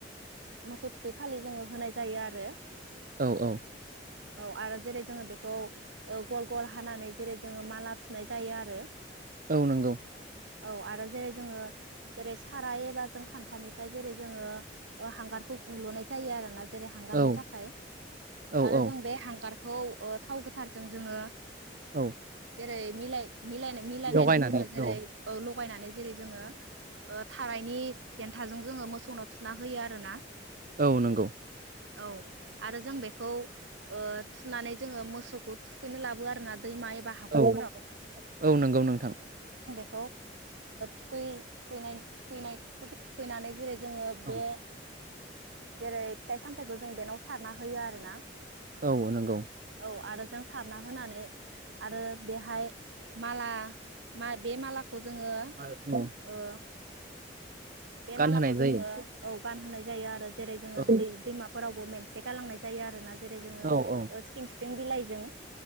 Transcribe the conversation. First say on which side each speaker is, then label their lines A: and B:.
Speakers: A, on the right (about 85°); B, on the right (about 50°).
A: मोसौ थुखै खालि जोंङो होनाय जायो आरो।
B: औ औ।
A: औ आरो जेरै जोंङो बेखौ गल गल हानानै जेरै जोंङो माला। सुनाय जायो आरो।
B: औ नंगौ।
A: औ आरो जेरै जोंङो जेरै साराय एबा जों खान्थानिफ्राय जेरै जोंङो हांगार। हलनाय जायो आरो ना। जेरै हांगारनि
B: औ
A: थाखाय
B: औ
A: आरो
B: औ
A: जों बे हांगारखौ थाव गोथारजों जोंङो।
B: औ
A: जेरै मिल मिलायनानै
B: लगायनानै
A: जोंङो जेरै।
B: औ
A: थगायनानै जेरै जोंङो थारायनि देन्थाजों जोंङो मोसौनाव थुना होयो आरो ना।
B: औ नंगौ।
A: औ आरो जों बेखौ थुनानै जोंङो मोसौखौ थुखैनो लाबोयो आरो ना। दैमाइ एबा हाखर।
B: औ औ नंगौ, नोंथां।
A: औ थुखैनानै जेरै- जोङो
B: औ
A: बे जेरै- फिथाइ सामथायाइखौ जों बेनाव सारना होयो आरो ना।
B: औ नंगौ।
A: औ आरो जों सारना होनानै आरो बेहाय माला बे मालाखौ खौ जोङो
B: औ
A: ओ। बे
B: गानहोनाय
A: मालाखौ
B: जायो
A: जोङो औ गानहोनाय जायो आरो जेरै जोङो
B: औ
A: दै दैमाफोरावबो मोनसे गालांनाय जायो आरो ना जेरै जोङों
B: औ औ
A: जों बिलाइजों।